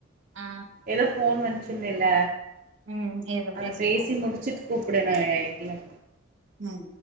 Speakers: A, on the right (about 65°); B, on the right (about 40°).
A: ஆ
B: ஏதோ போன் வந் து சொன்னல்ல
A: ம் ஏதோ
B: அத
A: பேசிட்டு
B: பேசி
A: கூப்டு
B: முடிச்சிட்டு கூப்புடு நா இதுல
A: ம்